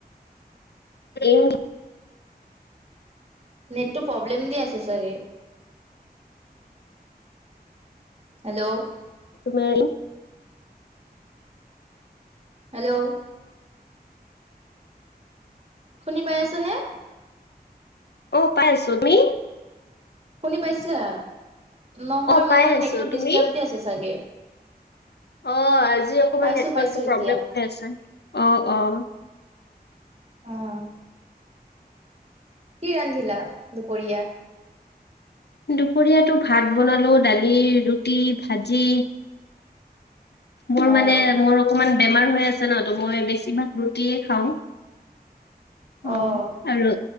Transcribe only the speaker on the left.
এই
তোমাৰ এই
অ পাই আছো। তুমি?
অ পাই
আছো
তুমি
অহ আজি অকমান
নেটৱৰ্ক
প্ৰব্লেম হৈ আছে, অ অ।
দুপৰীয়াটো ভাত বনালো দালি, ৰুটি ভাজি। মোৰ
মানে মোৰ অকমান বেমাৰ হৈ আছে ন ত মই বেছিভাগ ৰুটিয়ে খাওঁ।
অ আৰু